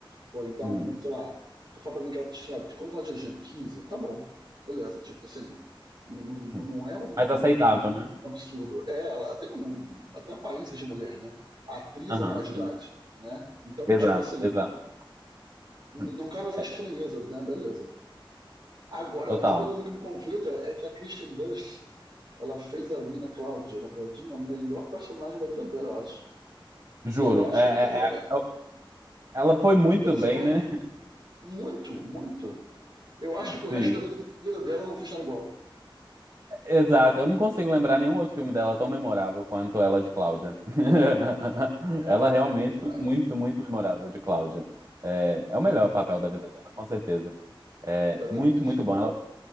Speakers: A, on the right; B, on the right.
A: Pô, então,
B: uhum,
A: sei lá, tu fala pra mim que ela, sei lá, quantos ela tinha? quinze Tá bom, beleza, tipo assim. Não, não
B: uhum.
A: não é um, um-
B: mais aceitável, né?
A: um absurdo. É, ela tem um, até aparência de mulher, né? A atriz
B: Aham,
A: é maior de
B: sim.
A: idade, né? Então,
B: Exato,
A: tipo assim,
B: exato.
A: não
B: Uhum.
A: cabe essa
B: É,
A: estranheza, né? Beleza. Agora,
B: total.
A: outra coisa também que me conflita é que a Kristen Dunst ela fez ali na Cláudia, na Claudinha, a melhor personagem da vida dela, eu acho.
B: Juro.
A: Eu acho
B: É,
A: que ela.
B: é- é- é, ela foi muito
A: Tu pensa
B: bem,
A: também?
B: né?
A: Muito, muito. Eu acho
B: <laughs>
A: que
B: Sim.
A: o resto da vida inteira dela não fez nada igual.
B: Exato. Eu não consigo lembrar nenhum outro filme dela tão memorável quanto ela de Cláudia. <laughs>
A: É.
B: Ela
A: é
B: realmente foi muito, muito memorável de Cláudia. É, é o
A: muito.
B: melhor papel da vida dela, com certeza. É
A: Eu também
B: muito,
A: acho.
B: muito bom. Ela